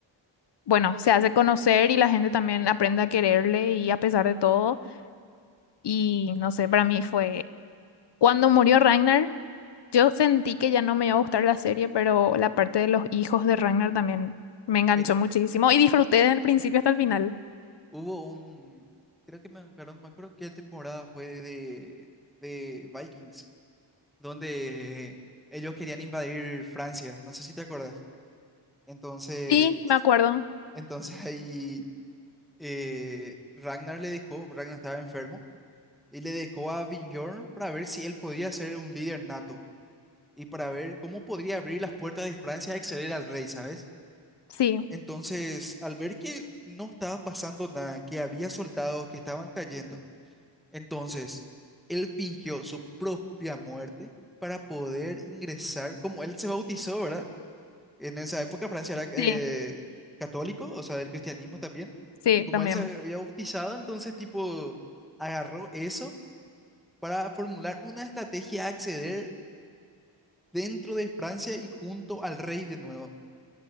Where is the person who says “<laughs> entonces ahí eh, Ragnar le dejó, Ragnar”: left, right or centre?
Centre